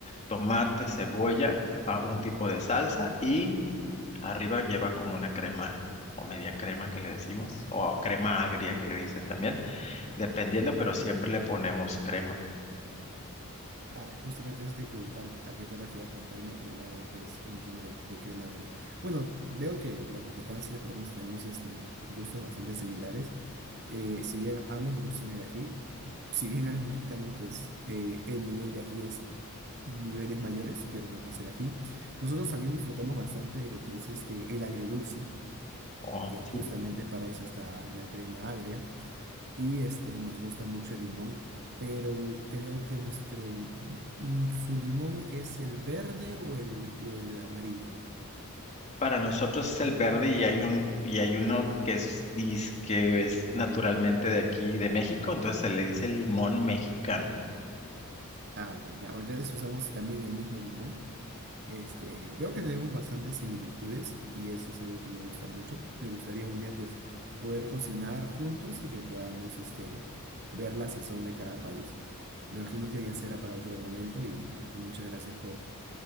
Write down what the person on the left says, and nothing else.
tomate, cebolla, ah, un tipo de salsa y arriba lleva como una crema o media crema que le decimos, o crema agria que le dicen también dependiendo, pero siempre le ponemos crema.
O,
sí.
Para nosotros es el verde y hay un, y hay uno que es, dis- que es naturalmente de aquí, de México, entonces se le dice limón mexicano.